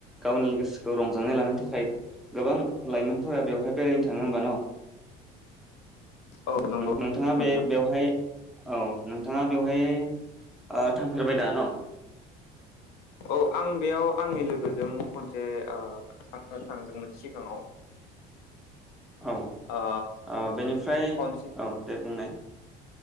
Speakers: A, in the centre; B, on the left (about 80°).
A: गावनि गोसोखौ रंजानाय लानो थाखाय गोबां लाइमोनफोरा बेवहाय बेरायनो थांङो होमबा न'
B: औ नंगौ
A: नोंथाङा
B: नोंथां
A: बे बेवहाय औ नोंथाङा बेवहाय आ थांफेरबाय दा न'
B: औ आं बेयाव आंनि लोगोजों खनसे थांदोंमोन। सिगाङाव
A: औ
B: ओ
A: आ बेनिफ्राय
B: खनसे
A: औ दे बुंनाय